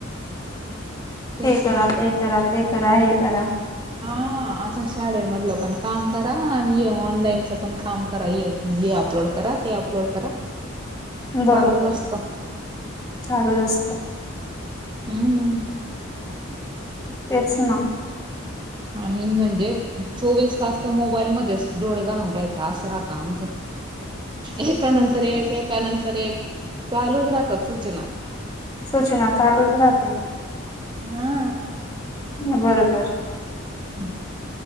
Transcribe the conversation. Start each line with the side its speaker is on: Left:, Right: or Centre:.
Right: तेच
Left: हे करा
Right: ना
Left: ते करा ते करा हे करा
Right: हा असं शाळेमधलं पण काम करा आणि ऑनलाईनच पण काम करा येत हे अपलोड करा ते अपलोड करा
Left: बरोबर
Right: चालूच असत
Left: चालू जा असत
Right: हम्म
Left: तेच ना
Right: आणि म्हणजे चोवीस तास तर मोबाईल मध्येच डोळे घालून राहायचा असं राहत आमचं एका नंतर एक एका नंतर एक चालूच राहतात सूचना
Left: सूचना चालूच राहतील
Right: हा
Left: ह बरोबर
Right: हम ह